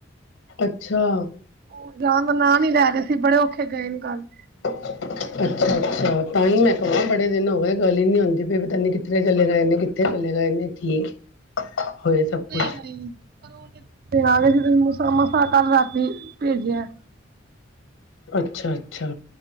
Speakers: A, on the left; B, on the right.
A: ਅੱਛਾ,
B: ਸਕੂਲ ਜਾਣ ਦਾ ਨਾਂ ਨੀ ਲੈ ਰਹੇ ਸੀ, ਬੜੇ ਔਖੇ ਗਏ ਨੇ ਕੱਲ੍ਹ।
A: <inaudible> ਅੱਛਾ-ਅੱਛਾ ਤਾਂਈ ਮੈਂ ਕਹਾਂ ਬੜੇ ਦਿਨ ਹੋ ਗਏ ਗੱਲ ਹੀ ਨੀ ਹੁੰਦੀ ਪਈ ਪਤਾ ਨੀ ਕਿੱਥੇ ਚਲੇ ਗਏ ਨੇ ਕਿ ਫੇਰ ਇੱਕਲੇ ਰਹਿ ਜਾਣੇ ਨੇ, ਠੀਕ ਹੋਏ ਸਭ ਕੁਛ
B: ਨਹੀਂ ਨਈ ਕਦੋਂ ਦੇ, ਮਸਾ- ਮਸਾ ਕੱਲ ਰਾਤੀ ਭੇਜਿਆ।
A: ਅੱਛਾ -ਅੱਛਾ,